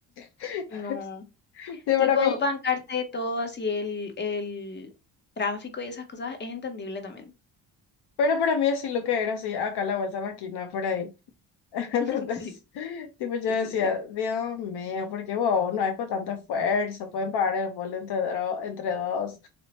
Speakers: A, on the left (about 60°); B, on the left (about 25°).
A: <laughs>
B: No,
A: Sí, para
B: tipo
A: mí,
B: bancarte todo así el, el tráfico y esas cosas es entendible también.
A: pero para mí así Luque era así, acá a la vuelta de la esquina, por ahí. <laughs>
B: <laughs>
A: Entonces,
B: Sí, sí,
A: tipo, yo decía,
B: sí, sí.
A: Dios mío, ¿por qué wow, no hay con tanto esfuerzo? Pueden pagar el vuelo entre, dro- entre dos.